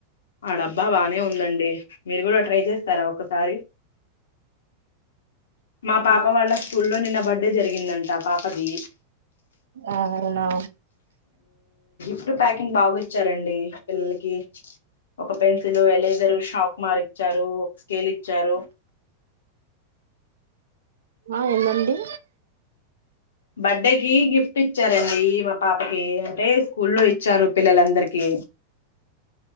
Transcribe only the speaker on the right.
ఆ
అవునా
ఆ ఏందండి